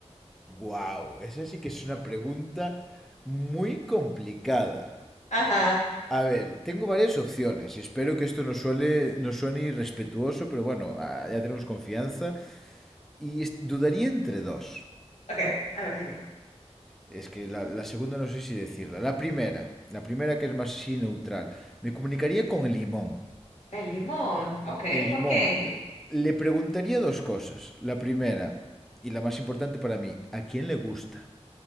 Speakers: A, in the centre; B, on the left.
A: Wow, esa sí que es una pregunta muy complicada.
B: <laughs> Ajá,
A: A ver, tengo varias opciones. Espero que esto no, suele, no suene irrespetuoso, pero bueno, ah, ya tenemos confianza. Y dudaría entre dos.
B: ok, a ver, dime.
A: Es que la, la segunda no sé si decirla. La primera, la primera que es más sí neutral. Me comunicaría con el limón.
B: El limón, ok,
A: El limón.
B: ¿por qué?
A: Le preguntaría dos cosas. La primera, y la más importante para mí, ¿a quién le gusta?